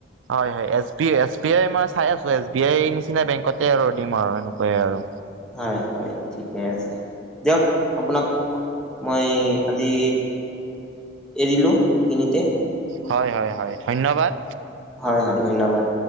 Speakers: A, on the right (about 70°); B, in the centre.
A: হয়-হয় S B S B I মই চাই আছো এছ বি আই নিচিনা বেংকতে আৰু দিম আৰু এনেকুৱে আৰু।
B: হয়-হয় ঠিকে আছে, দিয়ক আপোনাক মই আজি এৰিলো এইখিনিতে।
A: হয়-হয়-হয় ধন্যবাদ।
B: হয়-হয় ধন্যবাদ।